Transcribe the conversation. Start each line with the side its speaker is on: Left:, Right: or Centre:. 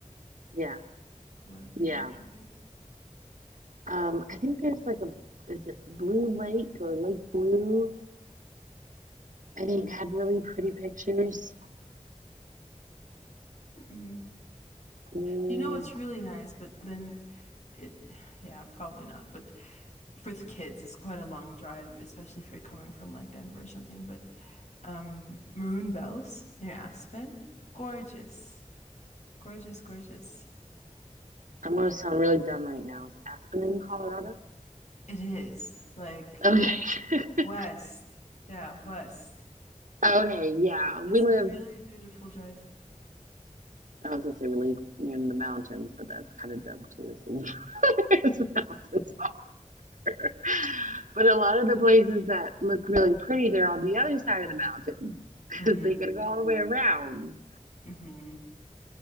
Right: Yeah,
Left: about a three
Right: yeah.
Left: hour drive.
Right: Um, I think there's like a is it Blue Lake or Lake Blue? I think had really pretty pictures.
Left: Mm-mm.
Right: Mm,
Left: You know what's really nice, but then it, <sighs> yeah, probably not. But for the kids, it's quite a long drive, especially if you're coming from like Denver or something. But um, Maroon Bells near Aspen, gorgeous, gorgeous, gorgeous.
Right: I'm gonna sound really dumb right now. Is Aspen in Colorado?
Left: It is like.
Right: Okay. <laughs>
Left: West. Yeah, West.
Right: Okay, yeah.
Left: It's
Right: We live,
Left: a really beautiful drive.
Right: I was gonna say we live near the mountains, but that's kind of dumb too, since <laughs> there's mountains. <laughs> But a lot of the places that look really pretty, they're on the other side of the mountain. <laughs>
Left: <laughs> hmm
Right: So you gotta go all the way around.
Left: hmm